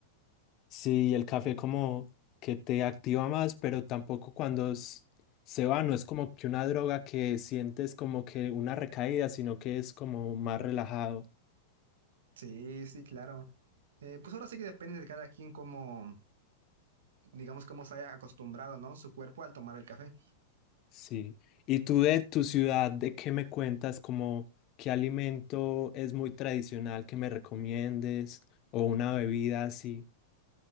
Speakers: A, on the left; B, on the right.
A: Sí, el café como que te activa más, pero tampoco cuando s- se va, no es como que una droga que sientes como que una recaída, sino que es como más relajado.
B: Sí, sí, claro. Eh, pues ahora sí que depende de cada quien cómo digamos, cómo se haya acostumbrado, ¿no? Su cuerpo al tomar el café.
A: Sí. ¿Y tú de tu ciudad, de qué me cuentas? Como qué alimento es muy tradicional que me recomiendes o una bebida así.